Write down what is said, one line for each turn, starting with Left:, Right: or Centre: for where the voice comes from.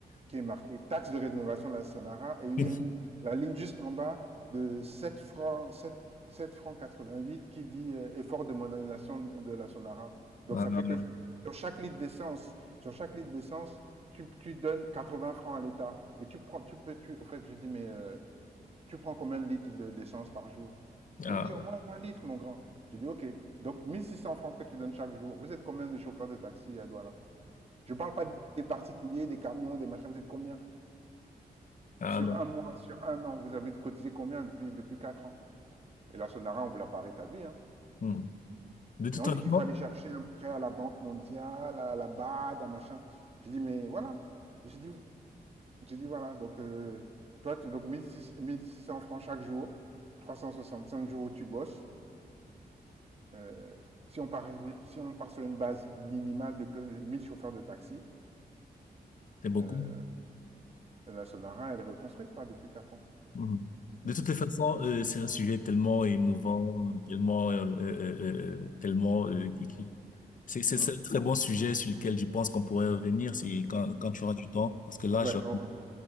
Right: qui est marqué taxe de rénovation de la Sonara. Et il
Left: <laughs>
Right: y a une, la ligne juste en bas de 7 francs, 7, 7 francs 88 qui dit euh, effort de modernisation de la Sonara. Donc
Left: Ah,
Right: ça fait
Left: ah,
Right: que sur chaque litre d'essence, sur chaque litre d'essence, tu, tu donnes 80 francs à l'État. Et tu prends, tu peux, tu, au fait, je dis, mais euh, tu prends combien de litres de- d'essence par jour
Left: ah,
Right: Il me dit, au moins 20 litres, mon grand. Je dis, OK. Donc 1600 francs que tu donnes chaque jour. Vous êtes combien de chauffeurs de taxi à Douala Je ne parle pas des particuliers, des camions, des machins. Vous êtes combien
Left: ah,
Right: sur
Left: bah,
Right: un mois, sur un an, vous avez cotisé combien depuis, depuis quatre ans? Et la Sonara, on ne vous l'a pas rétabli, hein.
Left: hmm. De toute
Right: Mais on
Left: façon,
Right: dit qu'il faut aller chercher un prêt à la Banque mondiale, à la BAD, à machin. J'ai dit, mais voilà. J'ai dit, j'ai dit, voilà. Donc, euh, toi, tu, donc, mille six 1600 francs chaque jour, 365 jours où tu bosses. Euh, si on part, si on part sur une base minimale de que 1000 chauffeurs de taxi,
Left: c'est beaucoup.
Right: euh, la Sonara, elle est reconstruite, quoi, depuis quatre ans.
Left: Mhm. De toutes les façons, euh, c'est un sujet tellement émouvant, tellement, euh, euh, euh, euh, tellement, euh, qui- qui- c'est c'est-
Right: Mm.
Left: c'est un très bon sujet sur lequel je pense qu'on pourrait revenir si quand quand tu auras du temps, parce que là,
Right: Ouais,
Left: je
Right: on revient.